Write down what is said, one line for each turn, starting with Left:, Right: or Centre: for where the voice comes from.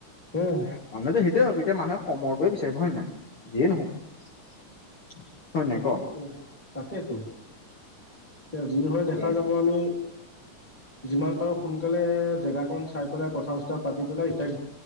Centre: উম
Left: মানুহেতো সেইটোৱে ভাবে এতিয়া মানুহে কমৰটোৱে বিচাৰে হয়ে নাই যিয়ে নহওক হয় নাই
Centre: তাকেতো
Left: ক
Centre: তাকেতো তে যি হয় দেখা
Left: এ
Centre: যাব আমি যিমান পাৰো সোনকালে জেগা কন চাই পেলাই কথা চতা পাতি পেলাই ইতয়